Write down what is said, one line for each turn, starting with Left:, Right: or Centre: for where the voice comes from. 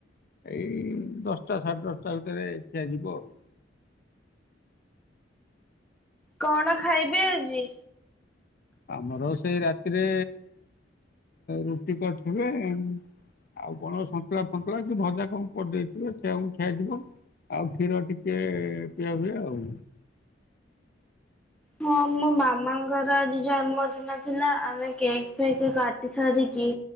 Left: ଏଇ ଦଶଟା, ସାଢେ ଦଶଟା ଭିତରେ, ଖିଆ ଯିବ ଆଉ।
Centre: କଣ ଖାଇବେ ଆଜି?
Left: ଆମର ସେଇ ରାତିରେ ରୁଟି କରିଥିବେ ଏ ଆଉ କଣ ସନ୍ତୁଳା ଫନ୍ତୁଳା, କି ଭଜା କଣ କରି ଦେଇଥିବେ, ସେଇଆକୁ ଖିଆଯିବ। ଆଉ କ୍ଷୀର ଟିକେ ପିଆ ହୁଏ ଆଉ।
Centre: ହଁ ମୋ ମାମାଙ୍କର ଆଜି ଜନ୍ମଦିନ ଥିଲା, ଆମେ କେକ୍ ଫେକ୍ କାଟି ସାରିକି